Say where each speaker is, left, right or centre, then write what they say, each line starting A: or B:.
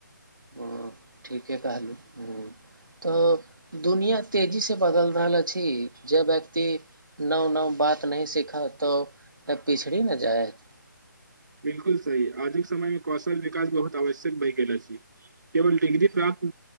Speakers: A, on the right; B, on the right.
A: ह ठीके कहलू ह तऽ दुनिया तेजी से बदल रहल अछि जे व्यक्ति नव नव ब बातही सीखा तो पिछड़ी न जायत
B: बिलकुल सही आजुक समय मे कौशल विकास बहुत आवश्यक भहि गेल छै केवल डिग्री प्राप्त